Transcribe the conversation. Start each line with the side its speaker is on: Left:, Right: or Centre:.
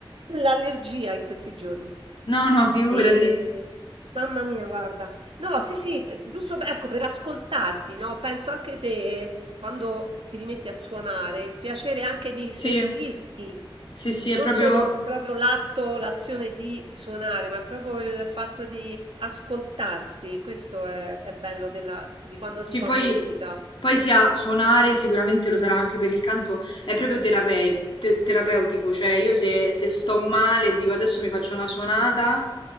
Right: l'allergia in questi giorni.
Left: No, no, figurati.
Right: Ehm, mamma mia guarda. No, sì, sì, p giusto p ecco per ascoltarti, no, penso anche te eh, quando ti rimetti a suonare, il piacere anche di sentirti,
Left: Sì, sì, sì, è
Right: non
Left: proprio...
Right: solo il proprio l'atto l'azione di suonare, ma proprio il fatto di ascoltarsi. Questo è è bello della di quando
Left: Sì,
Right: si fa
Left: poi,
Right: musica,
Left: poi sia suonare, sicuramente lo sarà anche per il canto, è proprio terapei- te- terapeutico, cioè io se, se sto male e dico adesso mi faccio una suonata,